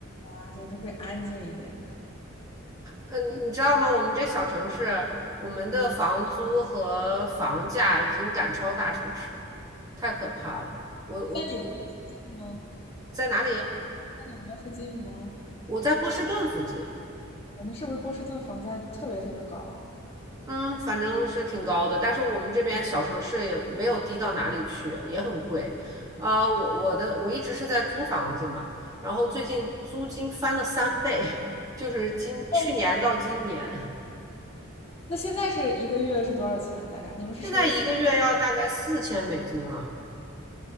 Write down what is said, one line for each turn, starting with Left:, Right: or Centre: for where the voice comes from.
Left: 啊，就是会安静一点。
Right: 嗯，你你知道吗？我们这小城市，我们的房租和房价已经赶超大城市了，太可怕了。我我我
Left: 在纽约吗？
Right: 在哪里？
Left: 在纽约附近吗？
Right: 我在波士顿附近，
Left: 我们是不是波士顿房价特别特别高啊？
Right: 嗯，反正是挺高的，但是我们这边小城市也没有低到哪里去，也很贵。啊、我我的我一直是在租房子嘛，然后最近租金翻了三倍，<laughs> 就是今去年到今年，
Left: 哎，那现在是一个月是多少钱啊？大概你们是收月
Right: 现在一个月要大概四千美金了。